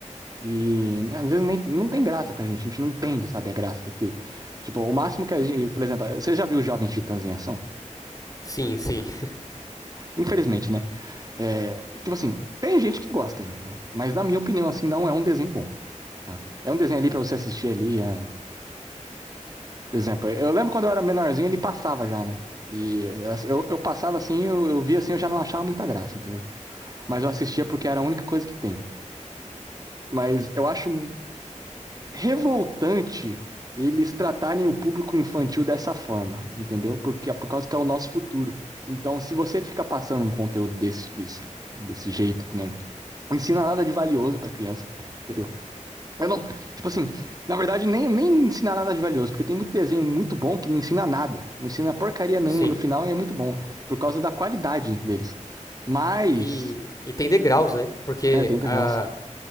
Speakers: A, on the right; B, on the left.
A: que né, às vezes nem, não tem graça pra gente, a gente não entende, sabe, a graça daquilo. Tipo, o máximo que a gente, por exemplo, você já viu os Jovens Titãs em ação?
B: Sim, sim, sim. <laughs>
A: Infelizmente, né? É, tipo assim, tem gente que gosta ainda, tá? Mas na minha opinião, assim, não é um desenho bom, tá? É um desenho ali pra você assistir ali, a Por exemplo, eu lembro quando eu era menorzinho, ele passava já, né? E assim, eu, eu passava assim, eu, eu via assim, eu já não achava muita graça, entendeu? Mas eu assistia porque era a única coisa que tem. Mas eu acho revoltante eles tratarem o público infantil dessa forma, entendeu? Porque por causa que é o nosso futuro. Então, se você fica passando um conteúdo desse, desse, desse jeito que não ensina nada de valioso pra criança, entendeu? Eu não, tipo assim, na verdade nem, nem ensinar nada de valioso, porque tem muito desenho muito bom que não ensina nada, não ensina porcaria nenhuma
B: sim.
A: no final e é muito bom, por causa da qualidade deles. Mas,
B: E, e tem degraus, né? Porque
A: é, 30
B: a,
A: graus.